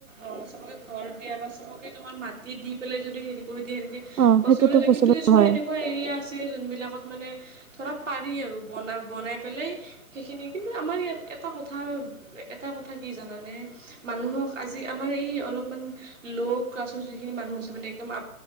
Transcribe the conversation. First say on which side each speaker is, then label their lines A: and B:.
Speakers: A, on the right; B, on the right.
A: অঁ চবকে ঘৰ দিয়া বা চবকে তোমাৰ মাটিত দি পেলাই যদি হেৰি কৰি দিয়ে সেনেকে-
B: অ
A: পচিবলে
B: সেইটোতো
A: হয়,
B: পচিবল
A: কিন্তু কিছুমান
B: নহয়
A: এনেকুৱা এৰিয়া আছে যোনবিলাকত মানে- ধৰা পাৰি আৰু বনা বনাই পেলাই- সেইখিনিয়ে কিন্তু আমাৰ ইয়াত এটা কথা এটা কথা কি জানানে? মানুহক আজি আমাৰ এই অলপমান- ল' কাছৰ যিখিনি মানুহ আছে মানে একদম আ